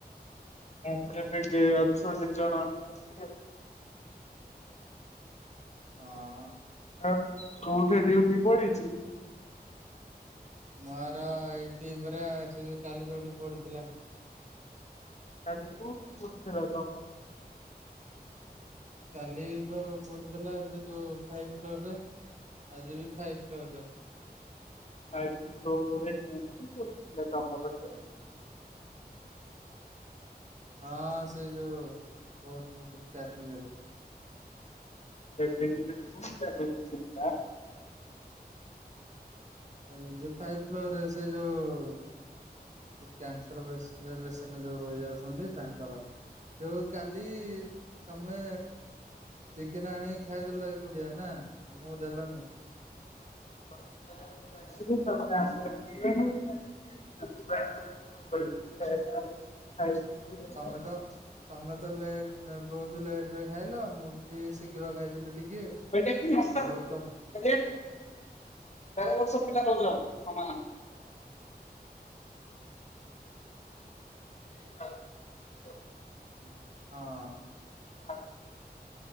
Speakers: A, on the left (about 40°); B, on the right (about 45°).
A: ଆମେ ଏବେ ଏଠି ଅଛନ୍ତି ଦିଜଣ ଆମ ଅ
B: ହଁ ଅଁ।
A: ହ କୋଉଠି ଡ୍ୟୁଟି ପଡିଛି?
B: ମୋର ଅଁ ଏଇଠି ପୁରା ସେ ଯୋଉ କାଲି ଯୋଉଠି ପଡୁଥିଲା।
A: କାଲି କଉଠି ପଡିଥିଲା ତମର?
B: କାଲିିବା ପଡୁଥିଲା ସେ ଯୋଉ ଫାଇଭ୍ ଫ୍ଲୋର୍ ରେ। ଆଜି ବି ଫାଇଭ୍ ଫ୍ଲୋର୍ ରେ।
A: ଟି ଫ୍ଲୋର୍ ରଥିଲେ ତମର ସେ।
B: ହଁ ସେ ଯୋଉ କହୁଥିଲି ଯୋଉଁ କ୍ୟଭିନ୍ ନିରେ।
A: <inaudible>
B: ଆଉ ଯୋଉଁ ଫାଇଭ୍ ଫ୍ଲୋର୍ ରେ ସେଇ ଯୋଉଁ। କ୍ୟାନସର ବେସ୍ ବସେଟ୍ ଯୋଉ ରହି ଯାଉଛନ୍ତି ତାଙ୍କର ଯୋଉ କାଲି ଇ -ଇ। ତମେ ଚିକେନ ଆଣିକି ଖାଇଦେଲ ଏକୁଟିଆ ନା ଆମକୁ ଦେଲନି।
A: <inaudible> <inaudible>
B: ତମେ ତ ତମେ ତ ଲେଟ ବହୁତ ଲେଟ ରେ ଖାଇଲ ମୁଁ ବି ଶୀଘ୍ର ଖାଇଥିଲି ଟିକେ।
A: <unintelligible>
B: ଆଉ ଭୋକ
A: ସେ <unintelligible>
B: ହଁ
A: ହ